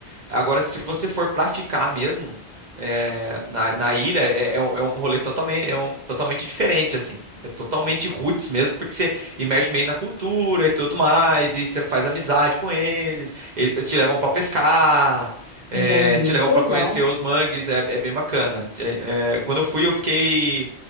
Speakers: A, on the right; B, on the left.
A: Agora que se você for pra ficar mesmo é, na, na ilha é, é um, é um rolê totalmente é um- totalmente diferente assim. É totalmente roots mesmo, porque você imerge meio na cultura e tudo mais, e você faz amizade com eles, e- e te levam para pescar, é,
B: entendi,
A: te levam
B: que
A: para
B: legal.
A: conhecer os mangues, é, é bem bacana. É, é, quando eu fui, eu fiquei